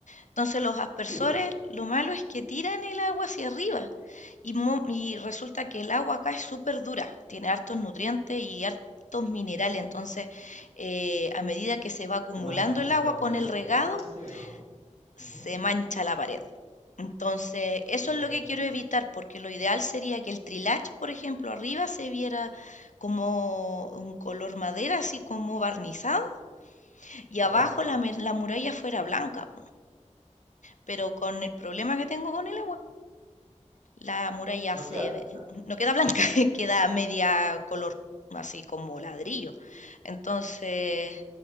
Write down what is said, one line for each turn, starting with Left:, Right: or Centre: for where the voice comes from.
Left: Entonces los aspersores,
Right: Sí, po,
Left: lo malo es que tiran el agua hacia arriba y, mo- y resulta que el agua acá es súper dura, tiene hartos nutrientes y hartos minerales, entonces eh, a medida que se va acumulando
Right: te manchas mucho
Left: el agua
Right: las
Left: con
Right: paredes,
Left: el regado,
Right: cosas así, ¿o no?
Left: se
Right: Ujú,
Left: mancha la pared. Entonces, eso
Right: ¿Viste?
Left: es lo que quiero evitar, porque lo ideal sería que el trilage, por ejemplo, arriba se viera como un color madera, así como barnizado, y
Right: ¿Ya?
Left: abajo la, la muralla fuera blanca. Pero con el problema que tengo con el agua, la muralla
Right: No
Left: se
Right: queda
Left: ve-
Right: acá.
Left: no queda blanca, <laughs> queda media color, así como ladrillo. Entonces,